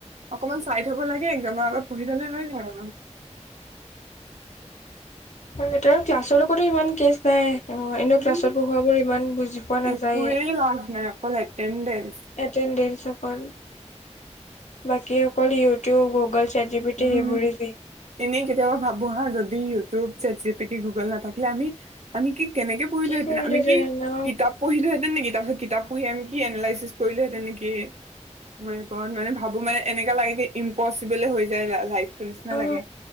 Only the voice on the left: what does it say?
<unintelligible> তাৰো ক্লাছৰো কতো ইমান কেচ নাই। অ' এনেও
ক্লাছত পঢ়োৱাবোৰ ইমান বুজি পোৱা নাযায়ে।
এটেনডেঞ্চ অকল। বাকী অকল YouTube, Google set G P T
সেইবোৰে যি
কি কৰিলে
যে
অ
অ